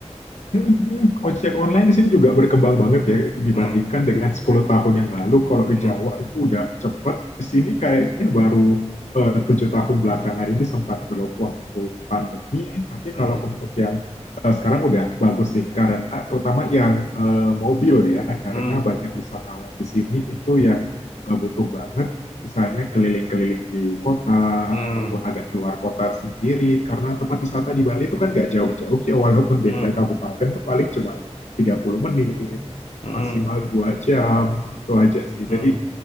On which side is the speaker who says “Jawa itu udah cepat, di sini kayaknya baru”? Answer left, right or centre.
Left